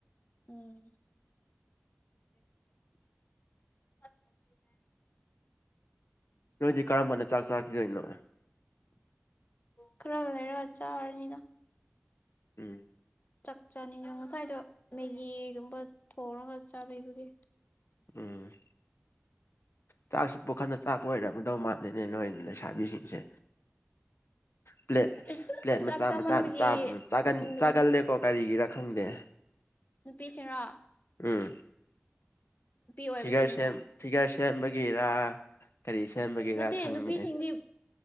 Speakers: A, on the left; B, on the left.
A: ꯎꯝ <inaudible> <inaudible>
B: ꯅꯣꯏꯗꯤ ꯀꯔꯝꯕꯅ ꯆꯥꯛ ꯆꯥꯈꯤꯗꯣꯏꯅꯣ
A: ꯈꯔ ꯂꯩꯔ ꯆꯥꯔꯅꯤꯗ
B: ꯎꯝ
A: ꯆꯥꯛ ꯆꯥꯅꯤꯅ ꯉꯁꯥꯏꯗꯣ ꯃꯦꯒꯤꯒꯨꯝꯕ ꯊꯣꯡꯔꯒ ꯆꯥꯕꯤꯕꯒꯤ
B: ꯎꯝ ꯆꯥꯛꯁꯨ ꯄꯨꯈꯝꯗ ꯆꯥꯕ ꯑꯣꯏꯔꯝꯗꯧ ꯃꯥꯥꯟꯗꯦꯅꯦ ꯅꯣꯏ ꯂꯩꯁꯥꯕꯤꯁꯤꯡꯁꯦ ꯄ꯭ꯂꯦꯠ
A: ꯏꯁ
B: ꯄ꯭ꯂꯦꯠ ꯃꯆꯥ
A: ꯆꯥꯛ ꯆꯥꯃꯟꯕꯒꯤ
B: ꯃꯆꯥꯗ ꯆꯥꯒꯨꯝ ꯆꯥꯒꯟ
A: ꯎꯝ
B: ꯆꯥꯒꯜꯂꯦ ꯀꯣ ꯀꯔꯤꯒꯤꯔꯥ ꯈꯪꯗꯦ
A: ꯅꯨꯄꯤꯁꯤꯔꯣ
B: ꯎꯝ
A: ꯑꯣꯏꯕꯒꯤꯅꯤꯅꯣ
B: ꯐꯤꯒꯔ ꯁꯦꯝ ꯐꯤꯒꯔ ꯁꯦꯝꯕꯒꯤꯔꯥ ꯀꯔꯤ ꯁꯦꯝꯕꯒꯦꯔꯥ
A: ꯅꯠꯇꯦ
B: ꯈꯪꯉꯦ
A: ꯅꯨꯄꯤꯁꯤꯡꯗꯤ